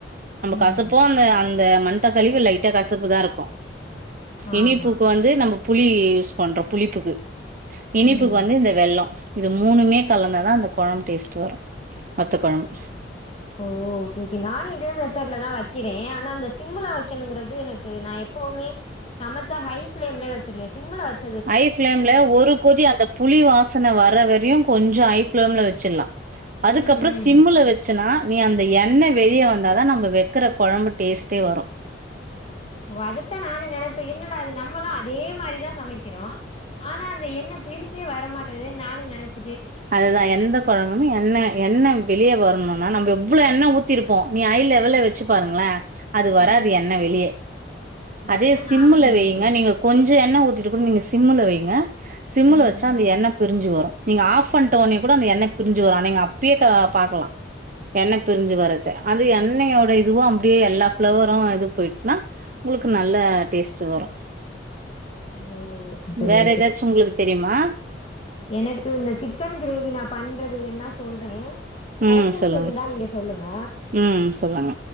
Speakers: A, on the right; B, on the left.
A: நம்ப
B: ம்
A: கசப்போ அந்த அந்த மண் தக்காளியு லைட்டா கசப்பு தா இருக்கோ
B: ஆமா
A: இனிப்புக்கு வந்து நம்ப புளி யூஸ் பண்றோ புளிப்புக்கு இனிப்புக்கு
B: ம்
A: வந்து இந்த வெல்லோ இது மூணுமே கலந்தாதா அந்த கொழம்பு டேஸ்ட்டு வரு வத்த கொழம்பு
B: ஓ ஓகே ஓகே நானு இதே மெத்தட்ல தா வெக்கிற ஆனா அந்த சிம்முல வெக்கணுங்றது எனக்கு நா எப் போவுமே சமச்சா ஹை ஃப்ளேம்லே வச்சிருவே சிம்முல வச்
A: ஐ ஃப்ளேம்ல ஒரு கொதி அந்த புளி வாசன வர வரையு கொஞ்சோ ஹை ஃப்ளேம்ல வச்சிலா அதுக்கப்புற
B: ம் ம்
A: சிம்முல வச்சனா நீ அந்த எண்ணெ வெளிய வந்தா தா நம்ம வெக்கிற கொழம்பு டேஸ்ட்டே வரு
B: ஓ அதுதா நானு நெனப்ப என்னடா அது நம்மளு அதே மாரிதா சமைக்கிறோ ஆனா அந்த எண்ணெ பிரிஞ்சே வரமாட்டேதேன் நானு நெனச்ச
A: அதுதா எந்த கொழபுமே எண்ண எண்ண வெளிய வரணுனா நம்ம எவ்ளோ எண்ண ஊத்திருப்போ நீ ஐ லெவல்ல வெச்சு பாருங்ள அது வராது
B: ம்
A: எண்ண வெளிய அதே
B: அதா
A: சிம்முல
B: நானு நெனைப்பே
A: வெய்ங்க நீங்க கொஞ்சோ எண்ண ஊத்திட்டு கூட நீங்க சிம்முல வைங்க சிம்முல
B: ம்
A: வச்சா அந்த
B: ம்
A: எண்ணெ பிரிஞ்சி வரோ நீங்க ஆஃப் பண்ட்ட ஒன்னே கூடோ அந்த எண்ண பிரஞ்சு வரோ நீங்க அப்பயே பாக்கலா எண்ண பிரிஞ்சி வர்றத அது எண்ணெயோட இதுவு அப்டியே எல்லா ஃப்ளவரும் இது போயிச்னா உங்ளுக்கு நல்லா டேஸ்ட்டு வரு
B: ஓ ஓகே தோழி
A: வேற
B: ஓகே
A: ஏதாச்சு உங்ளுக்கு தெரிம்மா
B: எனக்கு இந்த சிக்கன் கிரேவி நா பண்றது வேன்ன சொல்றே கரெக்ஷன்ஸ்
A: ம் சொல்லுங்க
B: இருந்தா நீங்க சொல்லுங்க
A: ம் சொல்லுங்க